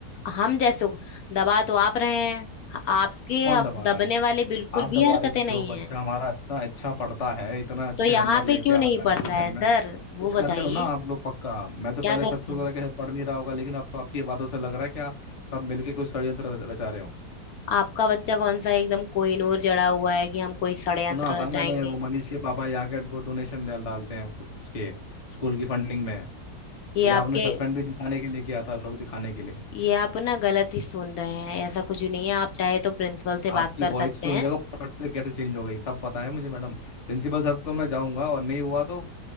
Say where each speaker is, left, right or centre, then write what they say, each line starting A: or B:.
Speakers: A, on the left; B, on the left.
A: हम जैसों को दबा तो आप रहे हैं आपके
B: कौन
A: अब
B: दबा
A: दबने
B: रहा है
A: वाले बिल्कुल
B: आप
A: भी
B: हमारे
A: हरकतें
B: जो
A: नहीं
B: बच्चा
A: है
B: हमारा इतना अच्छा पढ़ता है इतना अच्छे
A: तो यहाँ
B: नंबर लेके
A: पे क्यों
B: आता
A: नहीं पड़ता
B: है ट्यूशन
A: है
B: में
A: सर
B: कुछ
A: वो
B: कर
A: बताइए
B: रहे हो ना आप लोग पक्का मैं तो पहले
A: क्या करते
B: सच सोचा
A: हैं
B: था कि पढ़ नहीं रहा होगा लेकिन अब तो आपकी ये बातों से लग रहा है क्या सब मिलके कुछ षड्यंत्र रच- रचा रहे हो
A: आपका बच्चा कौन सा एकदम कोहिनूर जड़ा हुआ है कि हम कोई षड्यंत्र
B: सुना था
A: रचाएंगे
B: मैंने वो मनीष के पापा यहाँ के वो डोनेशन डाल डालते हैं उसके स्कूल की फंडिंग में
A: ये
B: ये
A: आपके
B: आपने सस्पेंड भी दिखाने के लिए किया था लोग दिखाने के लिए
A: ये आप ना गलत ही सुन रहे हैं ऐसा कुछ भी नहीं है आप चाहे तो प्रिंसिपल से
B: आपकी
A: बात कर
B: वॉइस
A: सकते
B: सुन
A: हैं
B: देखो पढ़ते कैसे चेंज हो गई सब पता है मुझे मैडम प्रिंसिपल सर तो मैं जाऊंगा और नहीं हुआ तो